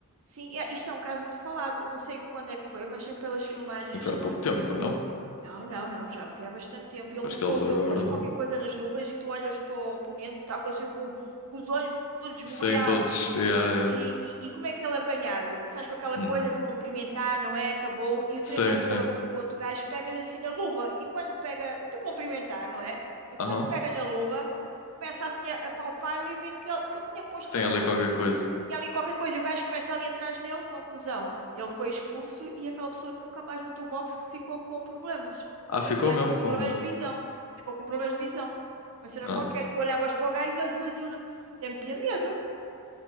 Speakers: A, on the right; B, on the left.
A: Sim, é, isto é um caso muito falado. Não sei quando é que foi, mas eu pelas filmagens
B: Foi
A: estou-me
B: há pouco
A: a lembrar.
B: tempo, não?
A: Não, não, não, já foi há bastante tempo. Ele usou,
B: Acho que eles agora.
A: ele pôs qualquer coisa nas luvas e tu olhas para o oponente, está assim com, com os olhos todos esbugalhados.
B: Sim, todos. Yeah, yeah.
A: E, e- e como é que ele é apanhado? Sabes, com aquela
B: Hum.
A: coisa de cumprimentar, não é? Acabou. E o
B: Sim,
A: treinador
B: sim.
A: do outro gajo pega-lhe assim na luva. E quando pega, de cumprimentar, não é? E quando
B: Aham.
A: pega na luva, co- começa assim a, a palpar-lhe e vê que ele, que ele tinha posto
B: Que tem
A: uma cena,
B: ali qualquer coisa.
A: tinha ali qualquer coisa. E o gajo começa ali atrás dele. Conclusão: ele foi expulso e aquela pessoa nunca mais lutou boxe que ficou com problemas.
B: Ah, ficou
A: E acho
B: mesmo
A: que foi
B: com.
A: problemas de visão, porque ficou com problemas de visão. Uma cena
B: Ah.
A: qualquer.
B: <laughs>
A: Tu olhavas para o gajo e o gajo. Tem-me medo.